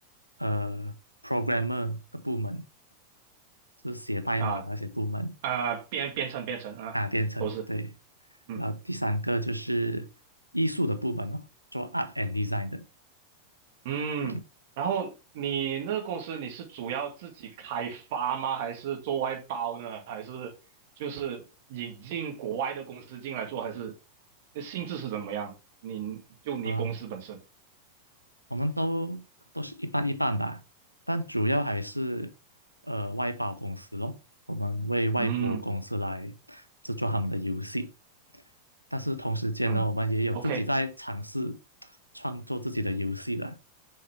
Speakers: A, on the left (about 90°); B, on the right (about 50°).
A: 呃 programmer 的部门，就是写代码那些部门
B: 嗯啊啊，编编程编程啊，
A: 啊，编程对。
B: 都是嗯。
A: 然后第三个就是艺术的部门哦，做 art and design 的，
B: 嗯，
A: 嗯
B: 然后你那个公司你是主要自己开发吗？还是做外包呢？还是就是引进国外的公司进来做？还是性质是怎么样？你就你公司本身？
A: 啊。我们都都是一半一半吧，但主要还是呃外包公司咯，我们为外国公司来制作他们的游戏。
B: 嗯
A: 但是同时间呢，
B: 嗯，OK，
A: 我们也有自己在尝试创作自己的游戏啦。